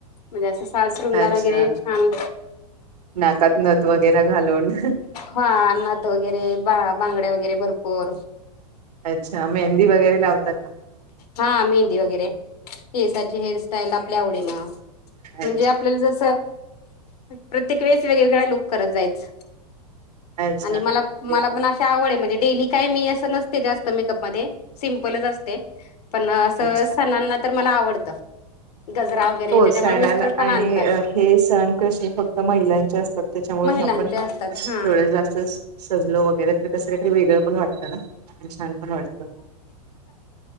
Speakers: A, on the left (about 75°); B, on the right (about 80°).
A: म्हणजे असं साज-शृंगार
B: अच्छा
A: वगैरे छान
B: नाकात नथ वगैरे घालून
A: हा नथ वगैरे बा बांगड्या वगैरे भरपूर
B: अच्छा मेहंदी वगैरे लावता का?
A: हा मेहंदी वगैरे केसाची हेअरस्टाईल आपल्या आवडीनं म्हणजे
B: अच्छा
A: आपल्याला जसं प्रत्येक वेळेस वेगवेगळ्या लुक करत जायच.
B: अच्छा
A: आणि
B: म्हणजे
A: मला मला पण अशी आवड ये म्हणजे डेली काय मी असं नसते जास्त मेकअप मध्ये सिमपलच असते पण असं
B: अच्छा
A: सणांना तर मला आवडत गजरा वगैरे
B: हो
A: त्याच्यामुळे
B: सणाला
A: मिस्टर पण
B: आणि
A: आणतात
B: अ हे सण कसे फक्त महिलांचे असतात. त्याच्यामुळ
A: महिलांचे
B: आपण
A: असतात हा.
B: एवढ जास्त अस सजलो वगैरे तर कस वेगळं पण वाटतं ना आणि छान पण वाटत.